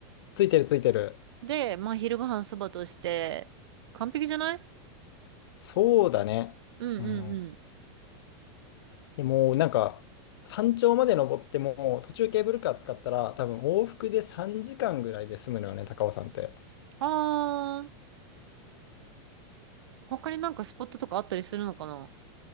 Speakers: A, on the left; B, on the right.
A: ついてるついてる。
B: で、まあ昼ごはんそばとして、完璧じゃない
A: そうだね。
B: うん、
A: うん。
B: うん、うん。
A: でもうなんか、山頂まで登っても、途中ケーブルカー使ったら、多分往復で3時間ぐらいで済むのよね、高尾山って。
B: はーん。他になんかスポットとかあったりするのかな